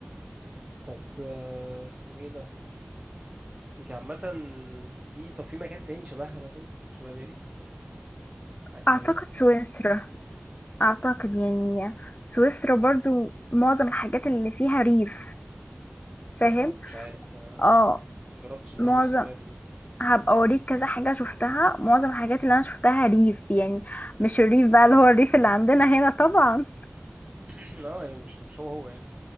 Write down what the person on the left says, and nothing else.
اعتقد
سويسرا اعتقد يعني سويسرا برضو معظم الحاجات اللي فيها ريف
فاهم
اه
معظم
هبقى اوريك كذا حاجة شفتها معظم الحاجات اللي انا شفتها ريف يعني مش الريف بقى اللي هو الريف اللي عندنا هنا طبعا